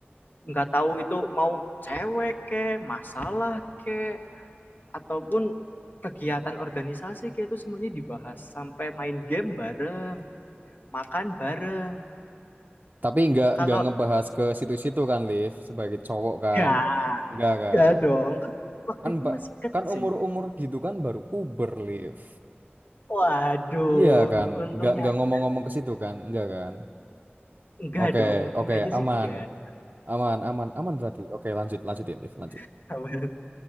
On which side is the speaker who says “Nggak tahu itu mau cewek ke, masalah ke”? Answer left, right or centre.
Left